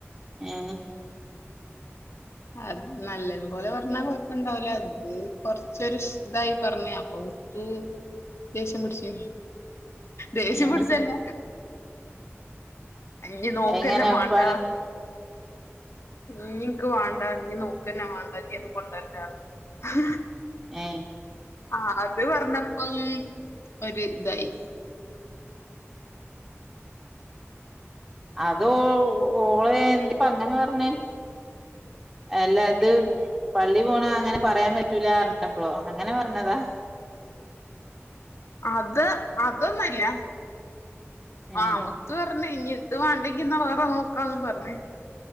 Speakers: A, on the right (about 15°); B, on the left (about 65°).
A: ഏഹ്
B: അത് നല്ലത് പോലെ പറഞ്ഞാ കൊഴപ്പണ്ടാവൂല ദ് കൊറച്ചൊരു ഷ് ഇതായി പറഞ്ഞ് അപ്പൊ മുത്തു ദേഷ്യം പിടിച്ച് ദേഷ്യം
A: ഏഹ്
B: പിടിച്ചഅല്ല യ്യ് നോക്കന്നെ
A: എങ്ങനെ
B: മാണ്ട
A: പൽ
B: ഞ്ഞിൻക്ക് വാ ണ്ടാ ഞ്ഞി നോക്കന്നെ വാണ്ട ഞ്ഞി ഇത് കൊണ്ട് ര്ണ്ടാ റഞ്ഞു
A: ഏ
B: ആ അത് പറഞ്ഞപ്പം ഒര് ഇദായി
A: അത് ഓ ഓളെ എന്തിപ്പ അങ്ങനെ പറഞ്ഞേ അല്ല അദ് പള്ളി പോണ അങ്ങനെ പറയാൻ പറ്റൂല റഞ്ഞപ്പളോ അങ്ങനെ പറഞ്ഞതാ
B: അദ് അദൊന്നല്ല
A: ഏ
B: ആ മുത്തു പറഞ്ഞി ഇത് വാണ്ടങ്കി ന്ന വേറെ നോക്കാംന്ന് പറഞ്ഞ്